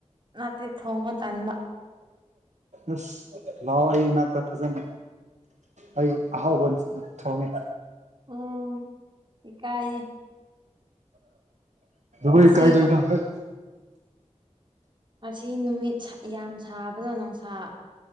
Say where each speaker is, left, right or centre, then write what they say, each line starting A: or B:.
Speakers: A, on the right; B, on the right.
A: ꯅꯠꯇꯦ ꯊꯣꯡꯕ ꯇꯟꯕ
B: ꯑꯁ ꯂꯥꯛꯑꯣ ꯑꯩ ꯏꯅꯥꯛꯇ ꯐꯖꯅ ꯑꯩ ꯑꯍꯥꯎꯕ ꯊꯣꯝꯃꯦ
A: ꯎꯝ ꯍꯀꯑ ꯉꯁꯤꯒꯣ
B: ꯕ ꯀꯥꯏꯗꯣ ꯏꯅ ꯍꯣꯏ
A: ꯉꯁꯤ ꯅꯨꯃꯤꯠ ꯌꯥꯝ ꯁꯥꯕꯗ ꯅꯨꯡꯁꯥ